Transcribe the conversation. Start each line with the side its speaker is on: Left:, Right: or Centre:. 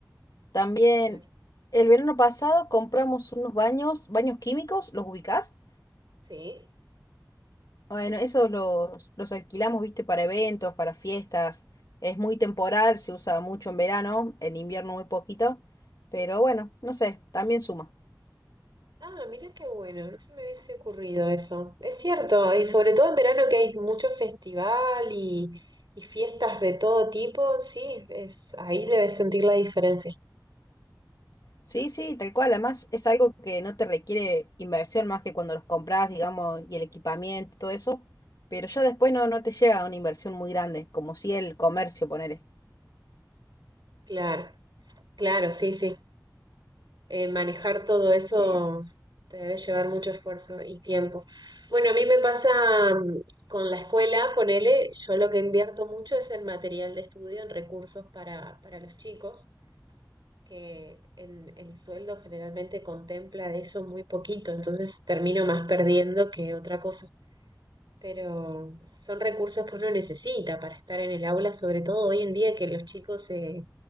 Left: También
Right: Claro.
Left: el verano pasado compramos unos baños, baños químicos, ¿los ubicás?
Right: Sí.
Left: Bueno, esos los, los alquilamos, viste, para eventos, para fiestas. Es muy temporal, se usa mucho en verano, en invierno muy poquito, pero bueno, no sé, también suma.
Right: Ah, mira qué bueno, no se me hubiese ocurrido eso. Es cierto, y sobre todo en verano que hay mucho festival y, y fiestas de todo tipo, sí, es, ahí debes sentir la diferencia.
Left: Sí, sí, tal cual. Además, es algo que no te requiere inversión más que cuando los compras, digamos, y el equipamiento, todo eso. Pero ya después no, no te llega una inversión muy grande, como si el comercio, ponele.
Right: Claro, claro, sí, sí. eh, manejar todo eso
Left: Sí,
Right: te debe llevar mucho esfuerzo y tiempo. Bueno, a mí me pasa mm, con la escuela, ponele, yo lo que invierto mucho es en material de estudio, en recursos para, para los chicos, que en, el sueldo generalmente contempla de eso muy poquito, entonces termino más perdiendo que otra cosa. Pero son recursos que uno necesita para estar en el aula, sobre todo hoy en día que los chicos se